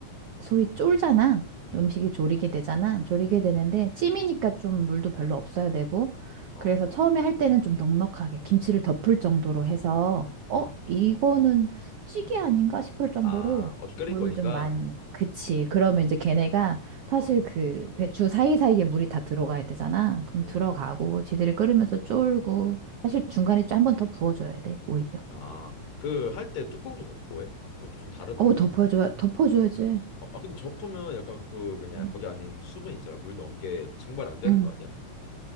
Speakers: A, on the right (about 80°); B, on the left (about 55°).
A: 소위 쫄잖아.
B: 음,
A: 음식이 졸이게 되잖아. 졸이게
B: 음,
A: 되는데 찜이니까 좀 물도 별로 없어야 되고.
B: 어,
A: 그래서 처음에 할 때는 좀 넉넉하게 김치를 덮을 정도로 해서 어,
B: 어,
A: 이거는
B: 어.
A: 찌개 아닌가 싶을 정도로
B: 아, 어 끓일
A: 물을
B: 거니까,
A: 좀 많이 그치. 그러면
B: 음,
A: 이제 걔네가 사실
B: 어,
A: 그 배추 사이사이에 물이 다 들어가야 되잖아. 그럼
B: 음,
A: 들어가고 지들이 끓으면서 쫄고 사실 중간에 한 번 더 부어줘야 돼, 오히려.
B: 아, 그 할 때 뚜껑도 덮고 해? 그것도 좀 다르던데.
A: 어, 덮어줘야, 덮어줘야지.
B: 어, 아, 근데 접으면 약간 그 뭐냐
A: 음.
B: 거기 안에 있는 수분 있잖아 물 넣은 게 증발 안 되는
A: 응.
B: 거 아니야?